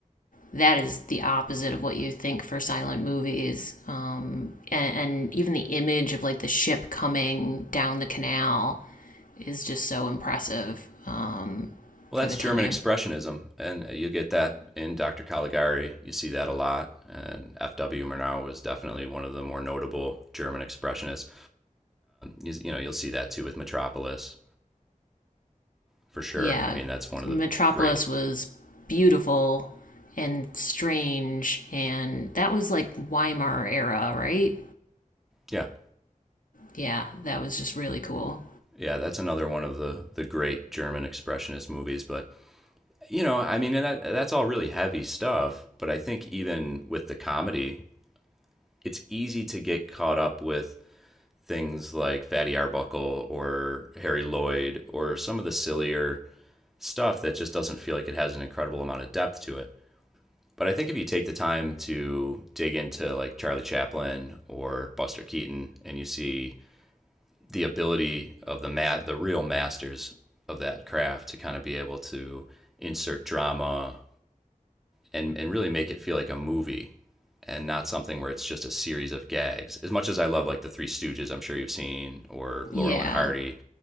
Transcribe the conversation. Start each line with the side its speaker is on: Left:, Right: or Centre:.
Left: that is the opposite of what you think for silent movies. Um, and, and even the image of like the ship coming down the canal is just so impressive um,
Centre: Well,
Left: for
Centre: that's
Left: the
Centre: German
Left: time.
Centre: expressionism, and you get that in Dr. Caligari. You see that a lot, and F.W. Murnau was definitely one of the more notable German expressionists. You, you know, you'll see that too with Metropolis for sure.
Left: Yeah,
Centre: I mean, that's one of
Left: Metropolis
Centre: the great,
Left: was beautiful and strange, and that was like Weimar era, right?
Centre: yeah,
Left: Yeah, that was just really cool.
Centre: Yeah, that's another one of the the great German expressionist movies. But you know, I mean, and that that's all really heavy stuff. But I think even with the comedy, it's easy to get caught up with things like Fatty Arbuckle or Harry Lloyd or some of the sillier stuff that just doesn't feel like it has an incredible amount of depth to it. But I think if you take the time to dig into like Charlie Chaplin or Buster Keaton and you see the ability of the ma- the real masters of that craft to kind of be able to insert drama and and really make it feel like a movie and not something where it's just a series of gags. As much as I love like the Three Stooges, I'm sure you've seen or Laurel
Left: Yeah,
Centre: and Hardy,